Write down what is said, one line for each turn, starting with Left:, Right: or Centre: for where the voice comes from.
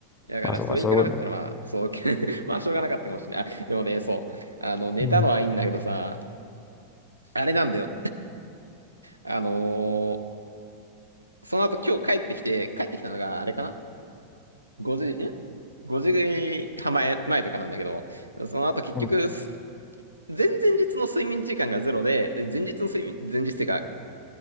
Right: だから、
Left: まあ、そうか、
Right: それに比べたらまあ、
Left: そういうことね。
Right: そう、<laughs> まあ、しょうがなかったかもしれない。あでもね、そう。あの、寝たのはいいんだけどさ、
Left: うん。
Right: あれなんだよ。あのーその後今日帰ってきて、帰ってきたのがあれかな5時、ん ?5 時半前、前とかなんだけど、その後結局、
Left: うん
Right: す前々日の睡眠時間がゼロで、で前日の睡眠、前日っていうか、